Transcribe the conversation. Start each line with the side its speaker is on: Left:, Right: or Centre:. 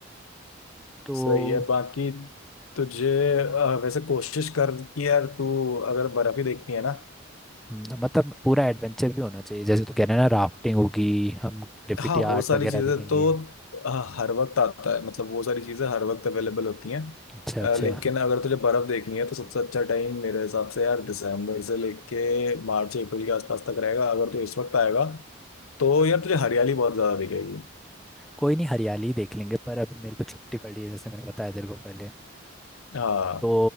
Centre: तो
Left: सही है बाकी तुझे अ, वैसे कोशिश कर कि यार तू अगर बर्फ ही देखनी है ना
Centre: हम्म, मतलब पूरा एडवेंचर भी होना चाहिए जैसे तो कह रहे हैं ना राफ्टिंग होगी हम ग्रेफिटी
Left: हाँ वो
Centre: आर्ट
Left: सारी
Centre: वगैरह
Left: चीजें
Centre: देखेंगे
Left: तो अ, हर वक्त आता है मतलब वो सारी चीजें हर वक्त अवेलेबल होती हैं
Centre: अच्छा
Left: अ,
Centre: अच्छा
Left: लेकिन अगर तुझे बर्फ देखनी है तो सबसे अच्छा टाइम मेरे हिसाब से यार दिसंबर से लेके मार्च अप्रैल के आसपास तक रहेगा अगर तू इस वक्त आएगा तो यार तुझे हरियाली बहुत ज्यादा दिखेगी
Centre: कोई नहीं हरियाली ही देख लेंगे पर अभी मेरे को छुट्टी पड़ी है जैसे मैंने बताया तेरे को पहले
Left: हाँ
Centre: तो